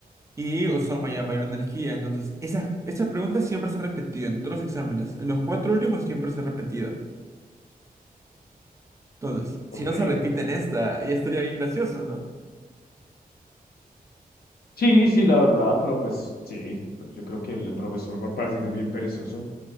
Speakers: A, on the right (about 20°); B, on the left (about 80°).
A: y usaron mayor, mayor energía. Entonces, esas, esas preguntas siempre se repetían en todos los exámenes. En los cuatro últimos siempre se ha repetido. Entonces,
B: Ok.
A: si no se repite en esta, ya estaría bien gracioso, ¿no?
B: Sí, sí, la verdad, pero pues sí, yo creo que el profesor va a parecer es bien perezoso.